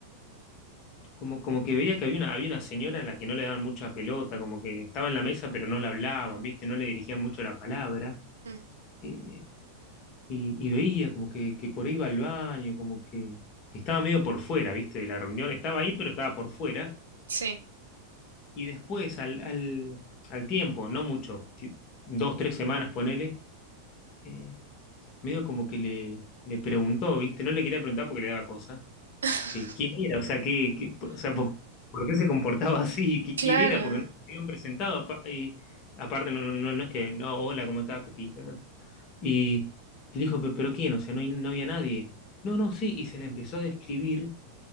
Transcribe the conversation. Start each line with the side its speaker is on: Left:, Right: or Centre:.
Left: como, como que veía que había una, había una señora a la que no le daban mucha pelota, como que estaba en la mesa pero no le hablaban, ¿viste? No le dirigían mucho la palabra.
Right: Mm,
Left: eh, y, y veía como que, que por ahí iba al baño, como que, que estaba medio por fuera, ¿viste? De la reunión estaba ahí, pero estaba por fuera.
Right: Sí,
Left: Y después, al, al, al tiempo, no mucho, ti- dos, tres semanas, ponele, eh, medio como que le, le preguntó, ¿viste? No le quería preguntar porque le daba cosa,
Right: <laughs>
Left: que quién era, o sea, que, que- o sea, por, por qué se comportaba <laughs> así, que
Right: claro.
Left: quién era, porque no se habían presentado. apa- y aparte, no, no, no no es que, no, hola, ¿cómo estás, Pepito? Y él dijo, "Pe- ¿pero quién? O sea, no, hay- no había nadie. No, no, sí, y se la empezó a describir